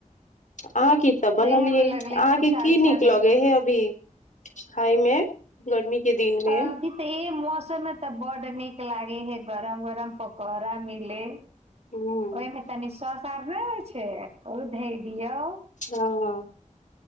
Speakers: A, on the left (about 65°); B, on the right (about 50°).
A: अहाँ की तऽ
B: नहि
A: बनलियै
B: हमरा लगले
A: अहाँके
B: कुछ अच्छा
A: की नीक
B: नहि
A: लगै हे अभी खाइ में गर्मी के दिन में
B: अभी तऽ ई मौसम में तऽ बड नीक लागे है गरम-गरम पकौड़ा मिले
A: हूँ
B: ओहिमें तनी सौ सार नहि होइ छै ओ धए दियौ
A: हँ